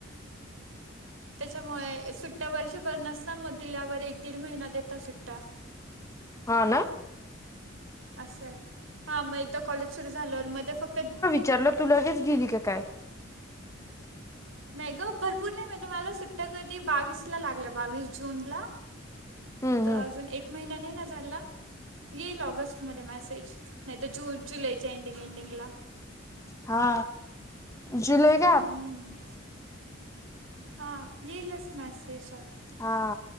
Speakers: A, on the left; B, on the right.
A: <unintelligible>
B: त्याच्यामुळे सुट्ट्या वर्षभर नसता मग दिल्यावर एक दीड महिना देता सुट्ट्या.
A: ह ना.
B: असं आहे हा मग एकदा कॉलेज सुरू झालं मध्ये फक्त.
A: चल तु ल हेच गेली का काय?
B: नाही ग भरपूर नाही म्हणजे मला सुट्टा कधी बावीस ला लागल्या बावीस जून ला.
A: हम्म
B: तर
A: हम्म
B: अजून एक महिना नाही ना झाला. येईल ऑगस्टमध्येध्ये मॅसेज नाही तर जून जुलैच्या एंडिंग एंडिंगला.
A: हा. जुलै का.
B: हम्म हा येईलच मेसेज.
A: हा